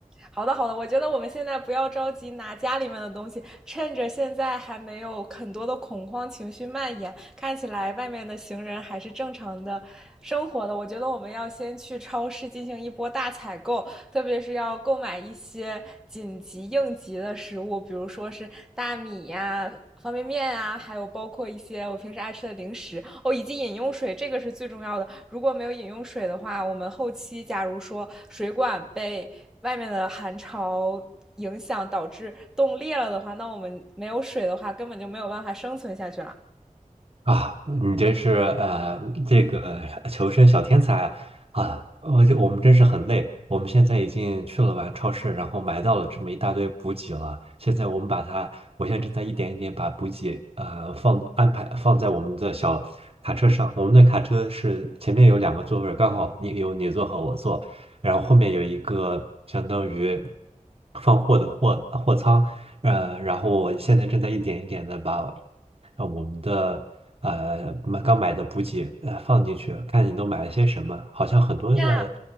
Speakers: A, in the centre; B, on the right.
A: 好的，好的，我觉得我们现在不要着急拿家里面的东西，趁着现在还没有很多的恐慌情绪蔓延，看起来外面的行人还是正常的生活的。我觉得我们要先去超市进行一波大采购，特别是要购买一些紧急应急的食物，比如说是大米呀、啊方便面啊，还有包括一些我平时爱吃的零食。哦，以及饮用水，这个是最重要的。如果没有饮用水的话，我们后期假如说水管被外面的寒潮影响导致冻裂了的话，那我们没有水的话，根本就没有办法生存下去了。
B: 啊，你真是呃，这个求生小天才啊！我就我们真是很累，我们现在已经去了完超市，然后买到了这么一大堆补给了。现在我们把它，我现在正在一点一点把补给呃放安排放在我们的小卡车上。我们的卡车是前面有两个座位儿刚好你有你坐和我坐，然后后面有一个相当于放货的货货仓，嗯，然后我现在正在一点一点的把。让我们的呃买刚买的补给呃放进去，看你都买了些什么。好像很多的
A: 天啊！